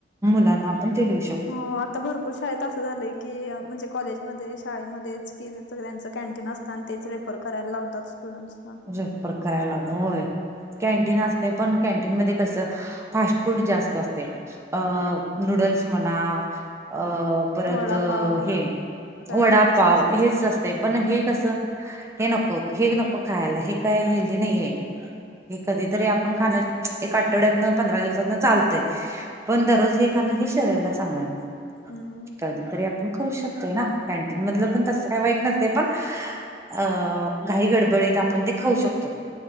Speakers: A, on the right; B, on the left.
A: मुलांना आपण ते देऊू शकतो
B: हा आता भरपूर शाळेत असं झालंय की म्हणजे कॉलेजमध्ये शाळेमध्येच कि त्यांचं कॅन्टीन असत तेच रेपर करायला लावतात स्टुडंट्स
A: जेफर करायला लाग होय कँन्टीन असते पण कॅन्टीन मध्ये कसं फास्ट फूड जास्त असते अ नूडल्स म्हणा अ परत
B: वडापाव
A: हे
B: पॅटीस
A: वडापाव
B: असं
A: हेच
B: असतं
A: असत ते पण हे कसं हे नको हे नको खायला हे काय हेल्दी नाही आहे हे कधीतरी आपण खाण एक आठवड्यातन पंधरा दिवसातन चालतंय पण दररोज हे खाणं हे शरीराला चांगलं नसतय
B: हम्
A: तरी आपण खऊ शकतोय ना कँन्टीनमधल पण तस का वाईट नसतय पण अ घाई गडबडीत आपण ते खाऊ शकतोय